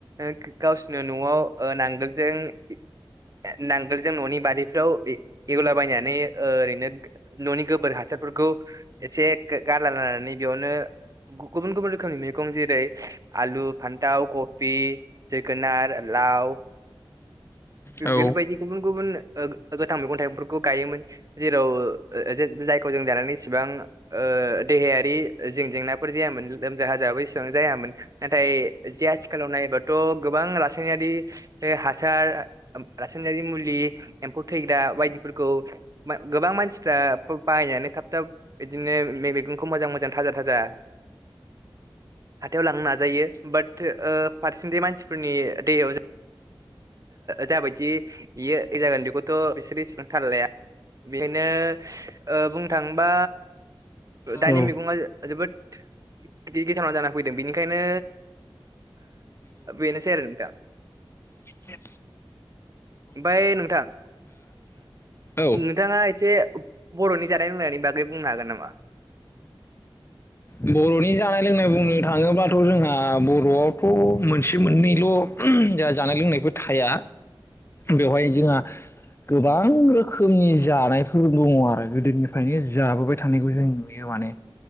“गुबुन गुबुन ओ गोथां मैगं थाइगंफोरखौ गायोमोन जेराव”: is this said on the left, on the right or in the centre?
Right